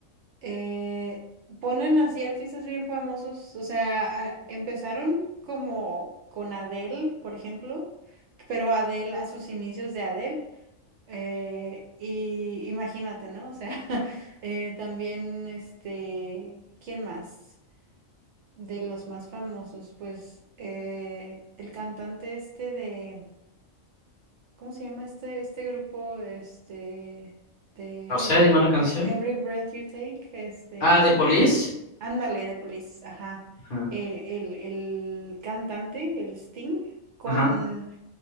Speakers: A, on the right (about 65°); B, on the left (about 45°).
A: eh, ponen así artistas bien famosos. O sea, a- empezaron como con Adele, por ejemplo, pero Adele a sus inicios de Adele. eh, y imagínate, ¿no? O sea, <laughs> eh, también este, ¿quién más? De los más famosos, pues eh, el cantante este de, ¿cómo se llama este, este grupo? Este, de
B: No sé,
A: Every
B: dime
A: Breath,
B: una canción.
A: eh, Every Breath You Take, este,
B: Ah, de Police.
A: ándale, de Police, ajá.
B: Ajá.
A: Eh, el, el cantante, el Sting, con,
B: Ajá.